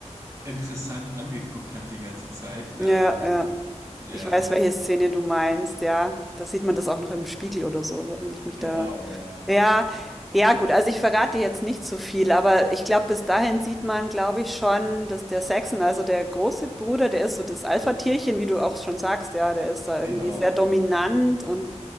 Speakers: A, on the right; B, in the centre.
A: interessant angeguckt hat die ganze Zeit.
B: Ja,
A: Ähm,
B: ja.
A: ja,
B: Ich weiß, welche Szene du meinst, ja. Da sieht man das auch noch im Spiegel oder so, wenn ich mich
A: genau,
B: da.
A: ja,
B: Ja, ja gut, also ich verrate jetzt nicht so viel, aber ich glaube, bis dahin sieht man, glaube ich, schon, dass der Saxon, also der große Bruder, der ist so das Alpha-Tierchen, wie du auch schon sagst, ja, der ist da irgendwie
A: genau,
B: sehr dominant und